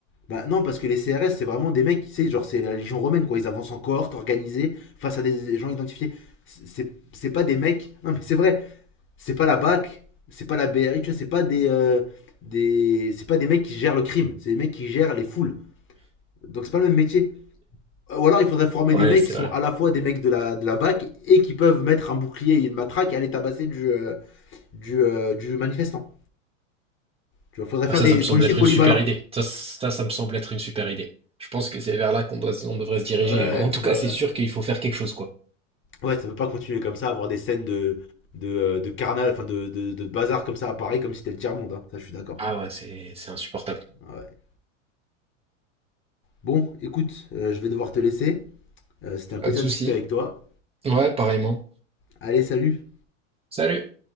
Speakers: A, on the left; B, on the right.
A: Bah non, parce que les CRS, c'est vraiment des mecs, tu sais, genre, c'est la légion romaine, quoi. Ils avancent en cohorte, organisés, face à des gens identifiés. C'est- C'est pas des mecs. Non, mais c'est vrai. C'est pas la BAC, c'est pas la BRI, tu vois, c'est pas des. euh, des... C'est pas des mecs qui gèrent le crime, c'est des mecs qui gèrent les foules. Donc c'est pas le même métier. Ou alors il faudrait former
B: Ouais,
A: des mecs
B: c'est
A: qui sont
B: vrai.
A: à la fois des mecs de la, de la BAC et qui peuvent mettre un bouclier et une matraque et aller tabasser du, euh, du, euh, du manifestant. Tu vois, faudrait faire
B: Ah, Ça,
A: des
B: ça me semble
A: policiers
B: être
A: polyballants.
B: une super idée. Ça, ça, ça me semble être une super idée. Je pense que c'est vers là qu'on doit, on devrait se diriger.
A: Ouais,
B: En tout
A: bah,
B: cas, c'est sûr qu'il faut faire quelque chose, quoi.
A: ouais, ça peut pas continuer comme ça, avoir des scènes de, de, euh, de carnal, enfin de, de, de bazar comme ça à Paris, comme si c'était le tiers-monde. hein. Ça, je suis d'accord.
B: Ah ouais, c'est, c'est insupportable.
A: Ouais. Bon, écoute, euh, je vais devoir te laisser. Euh, c'était un
B: Pas
A: plaisir
B: de souci.
A: de discuter avec toi.
B: Ouais, pareillement.
A: Allez, salut
B: Salut.